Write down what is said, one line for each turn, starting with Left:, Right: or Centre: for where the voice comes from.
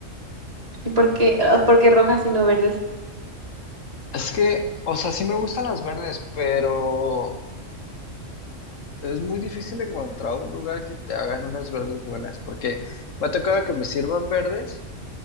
Right: ¿Y por qué? Ah, ¿Por qué rojas y no verdes?
Left: Es que, o sea, sí me gustan las verdes, pero es muy difícil encontrar un lugar que te hagan unas verdes buenas, porque me ha tocado que me sirvan verdes.